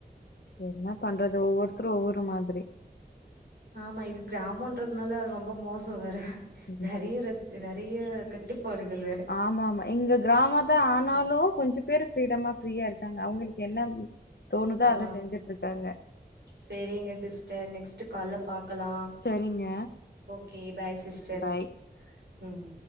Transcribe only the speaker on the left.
என்னா பண்றது ஒவ்வொருத்தரு ஒவ்வொரு மாதிரி.
ம்.
ஆமாமா எங்க கிராமந்தா ஆனாலு கொஞ்சொ பேரு ஃப்ரீடமா ஃப்ரீயா இருக்காங்க அவுங்களுக்கு என்ன தோணுதோ
அத செஞ்சுட் ருக்காங்க.
சரிங்க
பாய்